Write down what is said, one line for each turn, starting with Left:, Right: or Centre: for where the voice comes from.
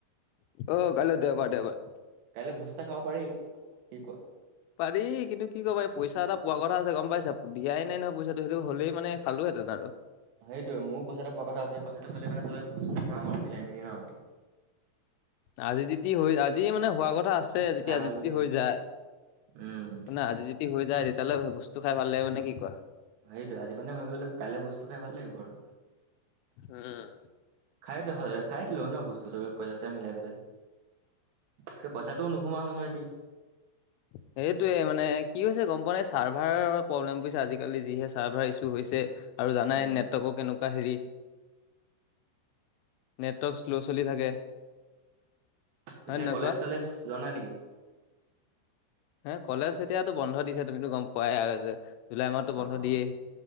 Left: অ কাইলৈ দেওবাৰ দেওবাৰ
Right: কাইলৈ ভোজ এটা খাব পাৰি কি কোৱা
Left: পাৰি কিন্তু কি ক'ম এই পইচা এটা পোৱা কথা আছে গম পাইছা দিয়াই নাই নহয় পইচাটো সেইটো হ'লেই মানে খালো হেতেন আৰু
Right: সেইটোৱে মোৰো পইচা এটো পোৱা কথা আছে সেই পইচাটো হ'লে মানে চবে ভোজ খাম আৰু মিলাই মিলি ন
Left: আজি যদি হয় আজিয়ে মানে হোৱা কথা আছে যেতিয়া
Right: খাই ভাল
Left: যি
Right: লাগিলে
Left: টি হৈ যায়
Right: উম
Left: শুনা আজি য দি হৈ যায় তেতিয়া হ'লে ভোজটো খাই ভাল লাগিব নে কি কোৱা
Right: সেইটোৱে আজি মানে হৈ গ'লে কাইলে ভোজটো খাই ভাল লাগিব আৰু
Left: উম
Right: খাই থ হয় খাই দিলো হয় ন ভোজটো চবে পইচা চইচা মিলাই পেলাই সেই পইচাটোও নোসোমোৱা হ'ল নহয় এতিয়া
Left: <unintelligible> সেইটোৱে মানে কি হৈছে গম পোৱা নাই চাৰ্ভাৰৰ প্ৰব্লেম বুজিছা আজিকালি যিহে চাৰ্ভাৰ ইছু হৈছে আৰু জানাই
Right: উম
Left: নেটৱৰ্কো কেনেকুৱা হেৰি নেটৱৰ্ক স্ল চলি থাকে হয়
Right: পিছে
Left: নে নহয়
Right: কলেজ
Left: কোৱা
Right: চলেজ যোৱা নাই নেকি
Left: হে কলেজ এতিয়াতো বন্ধ দিছে তুমিতো গম পোৱাই আৰু যে জুলাই মাহতটো বন্ধ
Right: অ অ
Left: দিয়েই